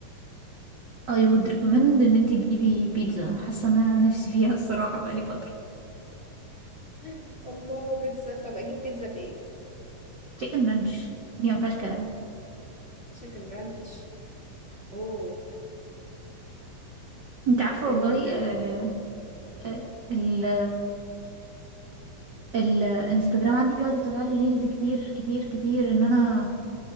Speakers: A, on the right; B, on the left.
A: I would recommend ان انتي تجيبي بيتزا حاسة ان انا نفسي فيها الصراحة بقالي فترة
B: <laughs> الله بيتزا طب اجيب بيتزا بايه
A: تشيكن رانش دي ما فيهاش كلام
B: تشيكن رانش اوه
A: انت عارفة
B: جميل
A: والله
B: ده
A: آه آه ال الانستجرام عندي بيقعد يطلع لي ريلز كتير كتير كتير ان انا